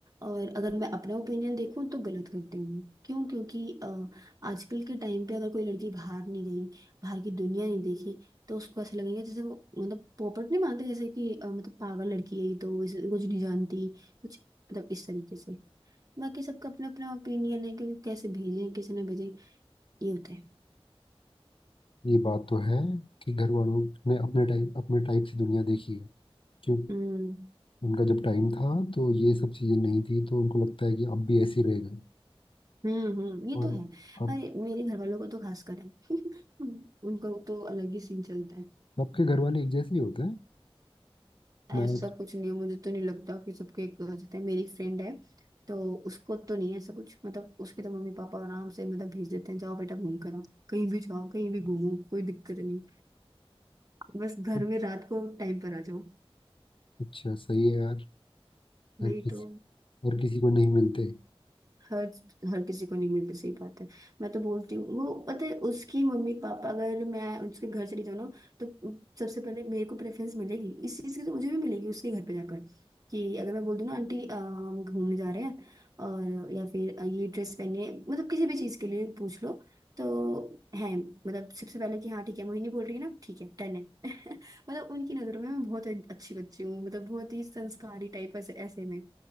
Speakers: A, on the right; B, on the left.
A: और अगर मैं अपना ओपिनियन देखूं तो गलत करते हूँ क्यों क्योंकि अ, आजकल के टाइम पे अगर कोई लड़की बाहर नहीं गई बाहर की दुनिया नहीं देखी तो उसको ऐसा लगेगा जैसे वो मतलब पोपट नहीं मानते जैसे कि अ, मतलब पागल लड़की है ये तो इसे कुछ नहीं जानती कुछ मतलब इस तरीके से बाकी सबका अपना अपना ओपिनियन है क्योंकि कैसे भेजें कैसे ना भेजें ये होता है
B: ये बात तो है कि घर वालों ने अपने टाइप अपने टाइप से दुनिया देखी है क्यों
A: हम्म
B: उनका जब टाइम था तो ये सब चीज़ें नहीं थी तो उनको लगता है कि अब भी ऐसे ही रहेगा
A: हम्म हम्म ये
B: और
A: तो है
B: अब
A: अरे मेरे घर वालों को तो खास कर है <laughs> उनको तो अलग ही सीन चलता है
B: सबके घर वाले एक जैसे ही होते हैं मैं
A: ऐसा कुछ नहीं है मुझे तो नहीं लगता कि सबके एक हो जाते हैं मेरी फ्रेंड है तो उसको तो नहीं है ऐसा कुछ मतलब उसके तो मम्मी पापा आराम से मतलब भेज देते हैं जाओ बेटा घूम कर आओ कहीं भी जाओ कहीं भी घूमो कोई दिक्कत नहीं बस घर
B: तो,
A: में रात को टाइम पर आ जाओ
B: अच्छा सही है यार
A: वही
B: हर किसी
A: तो
B: हर किसी को नहीं मिलते
A: हर हर किसी को नहीं मिलती सही बात है मैं तो बोलती हूँ वो पता है उसकी मम्मी पापा अगर मैं उसके घर चली जाऊँ ना तो सबसे पहले मेरे को प्रेफरेंस मिलेगी इस चीज़ की तो मुझे भी मिलेगी उसके घर पे जाकर कि अगर मैं बोल दूँ ना आंटी अ, हम घूमने जा रहे हैं और या फिर अ, ये ड्रेस पहनिए मतलब किसी भी चीज़ के लिए पूछ लो तो है मतलब सबसे पहले कि हाँ ठीक है मोहिनी बोल रही है ना ठीक है डन है <laughs> मतलब उनकी नज़रों में मैं बहुत अच्छी बच्ची हूँ मतलब बहुत ही संस्कारी टाइप ऐसे ऐसे में